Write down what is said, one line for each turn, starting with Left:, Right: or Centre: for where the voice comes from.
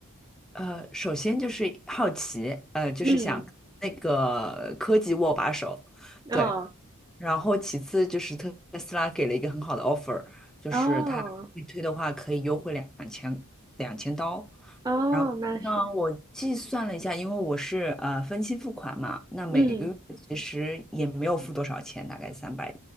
Centre: 呃，首先就是好奇，呃，就是想那个科技握把手，
Right: 嗯，
Centre: 对。
Right: 哦
Centre: 然后其次就是特斯拉给了一个很好的 offer，就是它预推的话可以优惠两千两千刀。
Right: 哦，哦，
Centre: 然后呢，
Right: 那是，
Centre: 我计算了一下，因为我是呃分期付款嘛，那每个月其实也没有付多少钱，
Right: 嗯，
Centre: 大概三百